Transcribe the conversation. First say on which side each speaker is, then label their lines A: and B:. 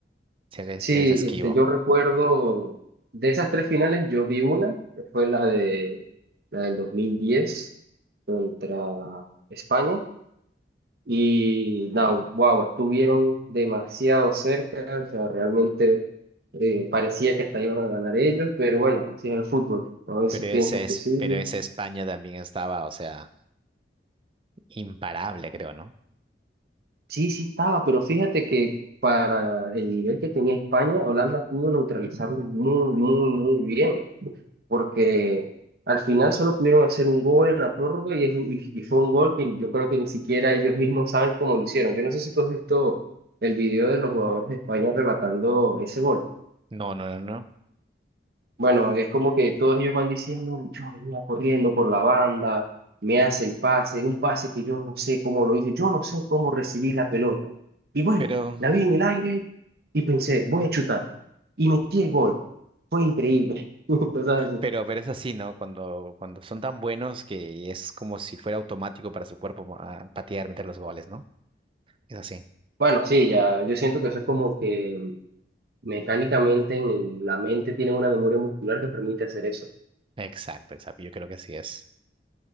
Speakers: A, on the right (about 30°); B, on the right (about 55°).
A: Se les,
B: Sí,
A: se les esquivo.
B: este, yo recuerdo de esas tres finales, yo vi una, que fue la de la del 2010 contra España. Y no, wow, estuvieron demasiado cerca, o sea, realmente eh, parecía que hasta iban a ganar ellos, pero bueno, así es el fútbol. A veces
A: Pero esa
B: piensas
A: es,
B: que sí,
A: pero esa España también estaba, o sea, imparable, creo, ¿no?
B: Sí, sí estaba, pero fíjate que para el nivel que tenía España, Holanda pudo neutralizarlo muy, muy, muy bien, porque al final solo pudieron hacer un gol en la prórroga y, es un- y- y fue un gol que yo creo que ni siquiera ellos mismos saben cómo lo hicieron. Yo no sé si tú has visto el video de los jugadores de España relatando ese gol.
A: No, no, no, no.
B: Bueno, es como que todos ellos van diciendo, yo venía corriendo por la banda, me hace el pase, un pase que yo no sé cómo lo hice, yo no sé cómo recibí la pelota. Y bueno,
A: Pero,
B: la vi en el aire y pensé, voy a chutar. Y metí el gol. Fue increíble. <laughs> Cosas así.
A: pero, pero es así, ¿no? Cuando, cuando son tan buenos que es como si fuera automático para su cuerpo ah, patear, meter los goles, ¿no? Es así.
B: Bueno, sí, ya, yo siento que eso es como que mecánicamente en la mente tienen una memoria muscular que permite hacer eso.
A: Exacto, exacto. Yo creo que así es.